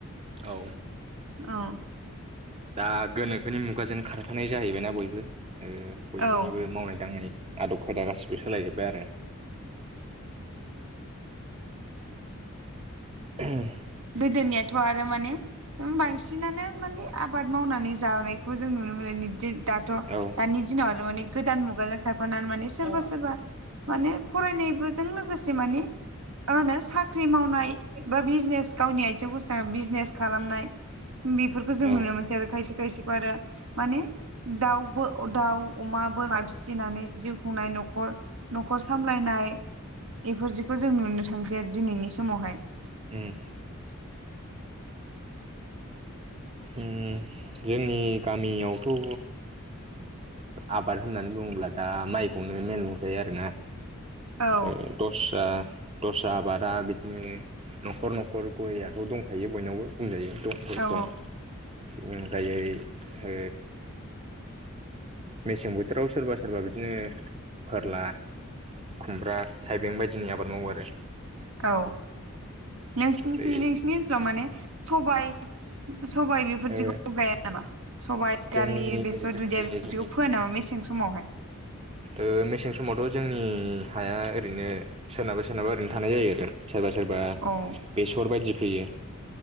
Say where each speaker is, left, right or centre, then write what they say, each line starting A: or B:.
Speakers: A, on the right (about 30°); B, on the right (about 75°).
A: औ
B: औ
A: दा गोनोखोनि मुगाजों खारफानाय जाहैबायना बयबो ओ
B: औ
A: बयनिबो मावनाय दांनाय आदब खायदा गाससिबो सोलायजोब्बाय आरो <unintelligible>
B: गोदोनियाथ' आरो माने ओम बांसिनानो माने आबाद मावनानै जानायखौ जों नुनो मोनो <unintelligible> दाथ'
A: औ
B: दानि दिनाव आरो माने गोदान मुगाजों खारफानानै माने सोरबा सोरबा माने फरायनायबोजों लोगोसे माने म होनो साख्रि मावनाय बा बिजेनेस गावनि आथिङाव गसंना बिजेनेस खालामनाय बेफोरखौ जों
A: औ
B: नुनो मोनसै आरो खायसे खायसेखौ आरो माने दाउबो दाउ अमा बोरमा फिसिनानै जिउ खुंनाय न'खर न'खर सामलायनाय इफोर जिखौ जों नुनो थांसै आरो दिनैनि समावहाय
A: उम उम जोंनि गामियावथ' ओ आबाद होननानै बुङोब्ला दा माइखौनो मेन बुंजायो आरोना
B: औ
A: ए दस्रा दस्रा आबादा बिदिनो न'खर न'खर गयथ' दंखायो बयनावबो बुंजायो द मैगं
B: औ
A: ओमफ्राय ओ मेसें बोथोराव सोरबा सोरबा बिदिनो फोरला खुमब्रा थाइबें बायदिनि आबाद मावो आरो
B: औ नोसिनिथिं
A: ओमफ्राय
B: नोंसिनि ओनसोलाव मोने सबाइ सबायाइ बेफोरदिखौ
A: ओ
B: गाया नामा सबायाइ
A: जोंनि
B: दालि बेसर
A: जोंनि
B: दुदिया बेदिखौ
A: जोंनि
B: फोयो नामा मेसें समाव
A: ओ मेसें समावथ' जोंनि हाया ओरैनो सोरनाबा सोरनाबा ओरैनो थानाय जायो आरो। सोरबा-सोरबा
B: औ
A: बेसर बायदि फोयो।